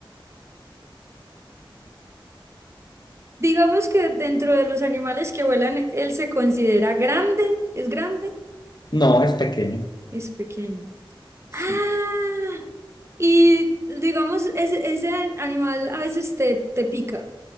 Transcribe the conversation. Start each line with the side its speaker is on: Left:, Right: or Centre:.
Right: Digamos que dentro de los animales que vuelan, él se considera grande. ¿Es grande?
Left: No, es pequeño.
Right: Es pequeño.
Left: Sí,
Right: Ah, y digamos, ese, ese animal a veces te, te pica